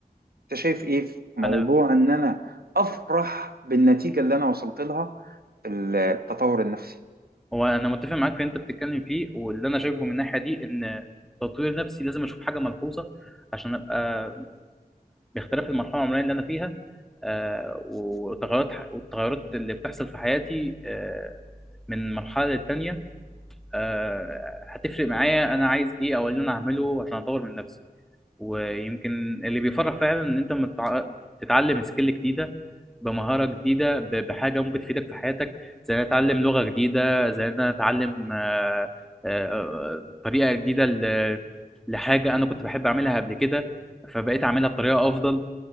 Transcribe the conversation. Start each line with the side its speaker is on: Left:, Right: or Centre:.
Right: انت شايف ايه في موضوع
Centre: انا
Right: ان انا افرح بالنتيجة اللي انا وصلت لها في التطور النفسي
Centre: هو انا متفق معاك في اللي انت بتتكلم فيه واللي انا شايفه من الناحيه دي ان تطوير نفسي لازم اشوف حاجه ملحوظه عشان ابقى باختلاف المرحله العمريه اللي انا فيها آه، وتغيرات والتغيرات اللي بتحصل في حياتي آه، من مرحله للتانيه آه، هتفرق معايا انا عايز ايه او إيه اللي انا اعمله عشان اطور من نفسي ويمكن اللي بيفرح فعلا ان انت متع- تتعلم سكيل جديده بمهاره جديده ب- بحاجه ممكن تفيدك في حياتك زي ان أنا اتعلم لغه جديده زي ان أنا اتعلم آه، آه، آه، طريقه جديده ل- لحاجه انا كنت بحب اعملها قبل كده فبقيت اعملها بطريقه افضل